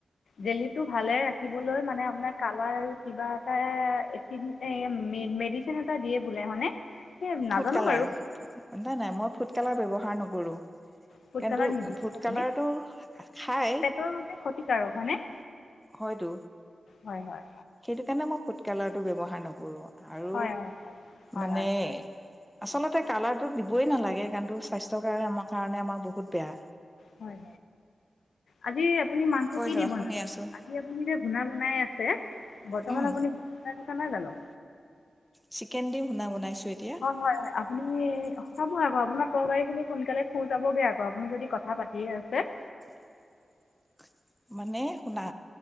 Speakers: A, on the left (about 80°); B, in the centre.
A: জেলিটো ভালে ৰা মানে আপোনাৰ কালাৰ কিবা এটা ম এ দিয়ে বোলে হয়নে? সেই নাজানো
B: ফুড কালাৰ,
A: বাৰু
B: নাই নাই মই ফুড কালাৰ ব্যৱহাৰ নকৰো। উম,
A: ফুড
B: এইটো
A: কালাৰ নিদিয়ে
B: ফোদ
A: আপুনি
B: কালাৰটো খাই
A: পেটৰ বাবে ক্ষতিকাৰক হয়নে?
B: হয়তো,
A: হয় হয়
B: সেইটো কাৰণে মই ফুড কালাৰটো ব্য্ৱহাৰ নকৰো। আৰু
A: হয় হয় হয় হয়
B: মানে,
A: হয় হয়
B: আচলতে তে কালাৰো দিবই নালাগে কাৰণো স্বাস্থ্যৰ কাৰণে আমাৰ কাৰণে আমাৰ বহুত বেয়া।
A: হয় আজ আপুনি মাংস
B: কৈ
A: কি
B: যোৱা
A: দি বনাব
B: শুনি আছোঁ
A: আজি আপুনি যে ঘুণা বনাই আছে? বৰ্তমান
B: উম
A: আপুনি চাই থকা নাই জানো?
B: চিকেন দি শুনা বনাইছো।
A: হয় হয় আপুনি
B: <inaudible>
A: হয়। চাব আকৌ আপোনাৰ তৰ গাড়ী খিনি সোনকালে খু যাবগে আকৌ আপুনি যদি কথা পাতিয়ে আছে।
B: <inaudible> মানে শুনা